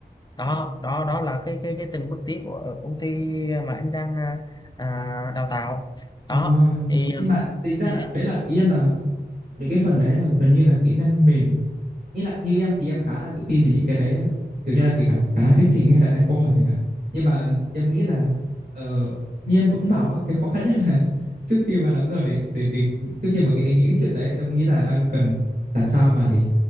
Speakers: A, on the left (about 25°); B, on the right (about 60°).
A: đó đó đó là cái cái cái từng bước tiến của ở công ty mà anh đang à, à, đào tạo đó
B: Ờ,
A: thì
B: nhưng mà tính ra
A: ừ,
B: là đấy là ý em là những cái phần đấy là gần như là kỹ năng mềm nghĩ lại như em thì em khá là tự tin về những cái đấy á. kiểu như là kể cả khả năng thuyết trình hay là đặt câu hỏi chẳng hạn nhưng mà em nghĩ là ờ, như em vẫn bảo á, cái khó khăn nhất là <laughs> trước khi mà làm sao để để, để trước khi mà nghĩ đến những chuyện đấy em nghĩ là đang cần làm sao mà để